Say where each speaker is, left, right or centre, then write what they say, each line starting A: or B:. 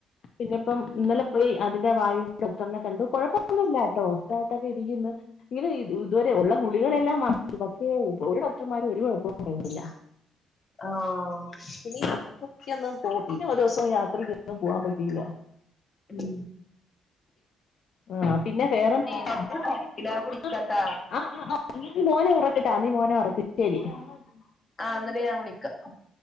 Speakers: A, on the left (about 65°); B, on the left (about 35°).
A: പിന്നെ ഇപ്പം ഇന്നലെ പോയി അതിന്റെ പിന്നെപ്പോ ഇന്നലെ പോയി അതിന്റെ വായു ഡോക്ടറിനെ കണ്ടു കുഴപ്പമൊന്നുമില്ല കേട്ടോ സുഗായിട്ടൊക്കെ ഇരിക്കുന്നു ഇത് ഇതുവരെ ഉള്ള ഗുളികളെല്ലാം <inaudible> പക്ഷേ ഒരു ഡോക്ടർമാരും ഒരു കുഴപ്പവും പറയുന്നില്ല
B: ആഹ്
A: ഇനി യാത്രയ്ക്കൊന്നും പോ പിന്നെ ഒരുസം യാത്രക്കൊന്നും പോവാൻ പറ്റിയില്ല
B: ഉം
A: ആ പിന്നെ വേറെന്ത
B: കൊറച്ച്
A: അവിടെ
B: തെരക്കിലാ ഞാൻ വിളിക്കാട്ടാ
A: <unintelligible> ആ ആ ആ നീ മോനെ ഉറക്ക്ട്ടാ നീ മോനെ ഉറക്ക് ശരി <unintelligible>
B: ആ എന്നിട്ട് ഞാൻ വിളിക്കാം